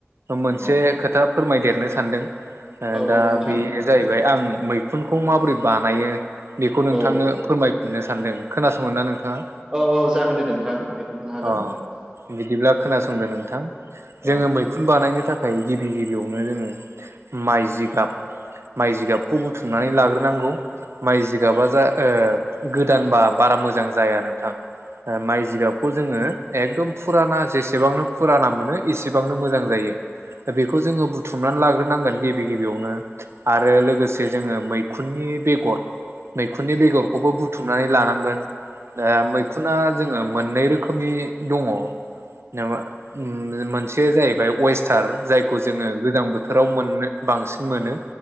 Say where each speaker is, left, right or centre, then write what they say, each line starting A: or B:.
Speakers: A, on the right; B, on the right.
A: मोनसे
B: औ
A: खोथा फोरमायदेरनो सानदों।
B: औ
A: दा
B: औ नोंथां
A: बे जाहैबाय आं मैखुनखौ माबोरै बानायो बेखौ
B: औ
A: नोंथांनो फोरमायफिननो सानदों खोनासंगोनना नोंथाङा?
B: औ औ जागोन दे नोंथां बे खोन्थानो हागोन।
A: अ बिदिब्ला खोनासंदो नोंथां
B: औ
A: जोंङो मै बिखुन बानायनो थाखाय गिबि गिबियावनो जोंङो माइ जिगाब माइ जिगाबखौ बुथुमनानै लाग्रोनांगौ। माइ जिगाबा जा गोदानबा बारा मोजां जाया नोंथां। ओ माइ जिगाबखौ जोंङो एकदम फुराना जेसेबांनो फुराना मोनो एसेबांनो मोजां जायो। दा बेखौ जोंङो बुथुमनानै लाग्रोनांगोन गि गिबि गिबियावनो आरो लोगोसे जोंङो मैखुननि बेगर मैखुननि बेगरखौबो बुथुमनानै लानांगोन। द मैखुना जोंङो मोननै रोखोमनि दङ। माबा ओम मोनसे जाहैबाय वेस्टार जायखौ जोंङो गोजां बोथोराव मोननो बांसिन मोनो।